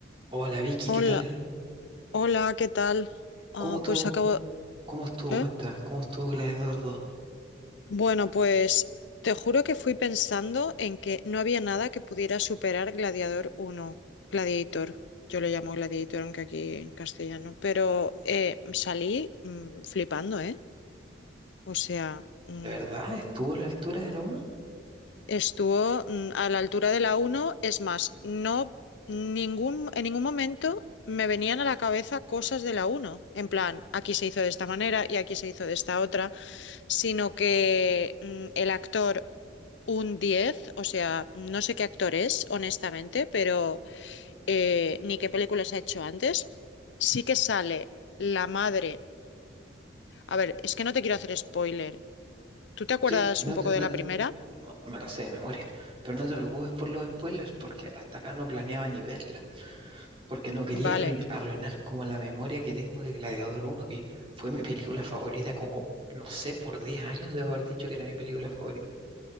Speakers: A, on the right (about 30°); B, on the left (about 70°).
A: Hola Vicky,
B: Hola,
A: ¿qué tal?
B: hola, ¿qué tal? Ah,
A: ¿Cómo estuvo?
B: pues acabo.
A: ¿Cómo estuvo?
B: ¿eh?
A: Cuenta, ¿cómo estuvo Gladiador dos?
B: Bueno, pues te juro que fui pensando en que no había nada que pudiera superar Gladiador uno, Gladiator. Yo lo llamo Gladiator, aunque aquí en castellano. Pero eh, salí mm, flipando, ¿eh? O sea, mm,
A: ¿De verdad estuvo a la altura de la uno?
B: estuvo mm, a la altura de la uno, Es más, no ningún, en ningún momento me venían a la cabeza cosas de la uno. En plan, aquí se hizo de esta manera y aquí se hizo de esta otra. sino que mm, el actor un 10, o sea, no sé qué actor es, honestamente, pero eh, ni qué películas ha hecho antes. Sí que sale la madre. A ver, es que no te quiero hacer spoiler. ¿Tú te acuerdas
A: Sí, no,
B: un poco
A: te- no
B: de la primera?
A: no, me la sé de memoria, pero no te preocupes por los spoilers porque hasta acá no planeaba ni verla, porque no quería
B: Vale,
A: arruin- arruinar como la memoria que tengo de Gladiador uno, que fue mi película favorita como, no sé, por 10 años debo haber dicho que era mi película favorita.